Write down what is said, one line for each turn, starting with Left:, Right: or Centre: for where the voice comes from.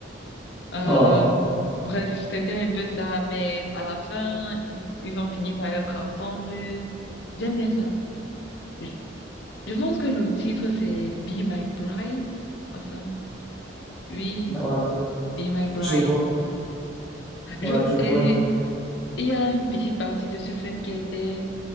Left: Euh,
Centre: Ah,
Left: bref, c'était un peu ça, mais à la fin, ils, ils ont fini par être ensemble. J'aime bien ça. Je, je pense que le titre, c'est Be My Bride. Awesome. Oui,
Centre: ah, je
Left: Be My Bride.
Centre: je vois.
Left: Je,
Centre: Ah, je vois.
Left: et il y a une petite partie de ce film qui a été